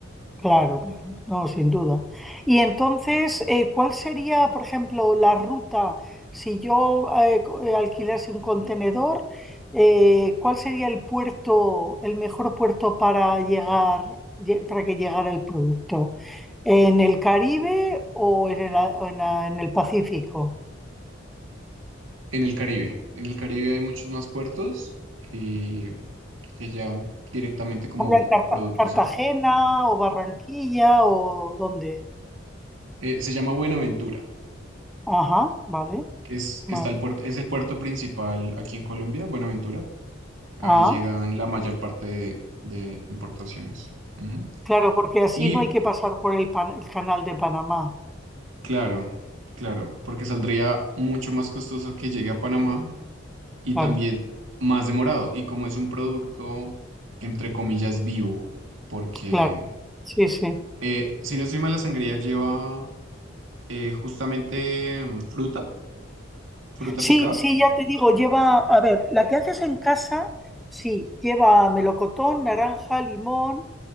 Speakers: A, in the centre; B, on the right (about 75°).
A: Claro, claro, no, sin duda. Y entonces, eh, ¿cuál sería, por ejemplo, la ruta si yo eh, co- eh, alquilase un contenedor? eh, ¿cuál sería el puerto, el mejor puerto para llegar, lle- para que llegara el producto? ¿En el Caribe o en el, a- o en la- en el Pacífico?
B: En el Caribe, en el Caribe hay muchos más puertos eh, que ya directamente como
A: Por ejemplo, en Carta-
B: productos
A: Cartagena
B: acá.
A: o Barranquilla o dónde?
B: Eh, se llama Buenaventura,
A: Ajá, vale,
B: que es,
A: vale.
B: está el puerto, es el puerto principal aquí en Colombia, Buenaventura. Ahí
A: Ah.
B: llegan la mayor parte de, de importaciones. Ujú.
A: Claro, porque así
B: Y
A: no hay que pasar por el, pan- el canal de Panamá.
B: claro, claro, porque saldría mucho más costoso que llegue a Panamá y
A: Claro,
B: también más demorado. Y como es un producto, entre comillas, vivo, porque
A: claro. Sí, sí.
B: eh, si no estoy mal, la sangría lleva eh, justamente mm, fruta, fruta
A: Sí,
B: picada.
A: sí, ya te digo, lleva, a ver, la que haces en casa, sí, lleva melocotón, naranja, limón